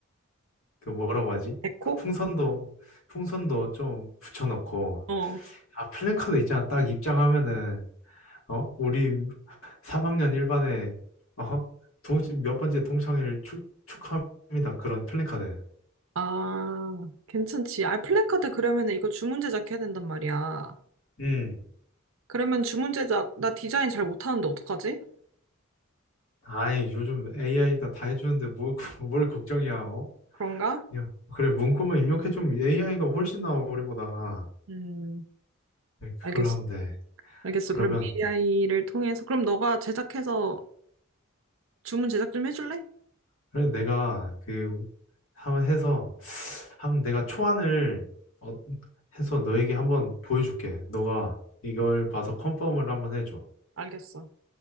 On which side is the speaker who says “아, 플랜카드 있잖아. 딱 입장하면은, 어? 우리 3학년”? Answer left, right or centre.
Left